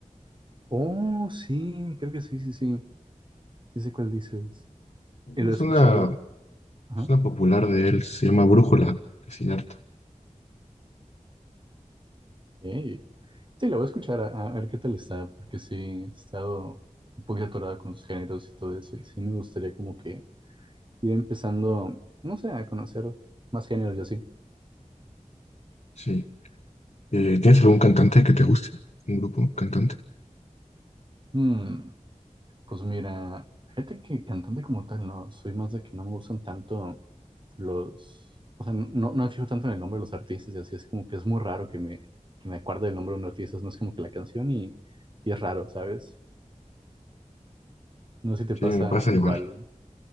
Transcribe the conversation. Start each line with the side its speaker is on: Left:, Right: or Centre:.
Right: Oh, sí, creo que sí, sí, sí. Sí sé cuál dices. Y lo
Left: Es
Right: he escuchado.
Left: una,
Right: Ajá.
Left: es una popular de él, se llama Brújula, Siddhartha.
Right: ok. Sí, la voy a escuchar a, a ver qué tal está, porque sí, he estado un poquito atorada con los géneros y todo eso. Y sí me gustaría como que ir empezando, no sé, a conocer más géneros y así.
Left: Sí. Eh, ¿tienes algún cantante que te guste? ¿Un grupo cantante?
Right: Mm, pues mira, fíjate que cantante como tal, no, soy más de que no me gustan tanto los, o sea, no, no me fijo tanto en el nombre de los artistas y así, es como que es muy raro que me, que me acuerde el nombre de un artista, no es como que la canción y, y es raro, ¿sabes? No sé si te
Left: Sí,
Right: pasa
Left: me pasa igual,
Right: igual